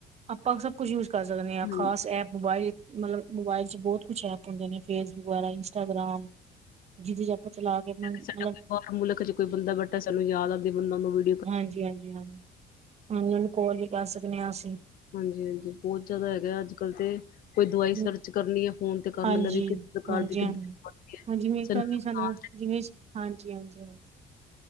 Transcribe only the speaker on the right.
ਆਪਾਂ ਸਭ ਕੁਝ ਯੂਜ ਕਰ ਸਕਦੇ ਆ,
ਖਾਸ ਐਪ ਮੋਬਾਇਲ ਮਤਲਬ ਮੋਬਾਇਲ ਚ ਬਹੁਤ ਕੁਛ ਐਪ ਹੁੰਦੇ ਨੇ ਫੇਸਬੁਕ ਵਗੈਰਾ, ਇੰਸਟਾਗ੍ਰਾਮ ਜਿਹਦੇ ਚਲਾ ਕੇ ਮਤਲਬ
ਹਾਂਜੀ -ਹਾਂਜੀ -ਹਾਂਜੀ, ਹਾਂਜੀ ਓਹ ਨੂੰ ਕੋਲ ਵੀ ਕਰ ਸਕਦੇ ਆ ਅਸੀ।
ਹਾਂਜੀ
ਹਾਂਜੀ
ਹਾਂਜੀ
ਹਾਂ ਜਿਵੇਂ ਕਦੀ ਸਾਨੂੰ ਜਿਵੇਂ ਹਾਂਜੀ- ਹਾਂਜੀ -ਹਾਂਜੀ।